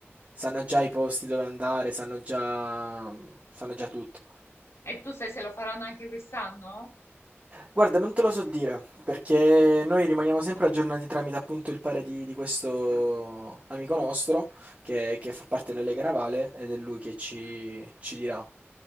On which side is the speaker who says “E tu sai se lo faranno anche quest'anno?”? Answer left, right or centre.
Left